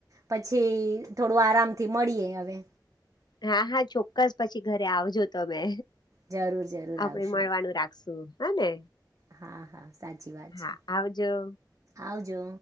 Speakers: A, on the right; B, on the left.
A: પછી થોડું આરામથી મળીએ અવે
B: હા હા ચોક્કસ પછી ઘરે આવજો તમે
A: જરૂર જરૂર
B: આપડે
A: આવશું
B: મળવાનું રાખશું હ ને
A: હા હા સાચી વાત
B: હા
A: છે
B: આવજો
A: આવ જો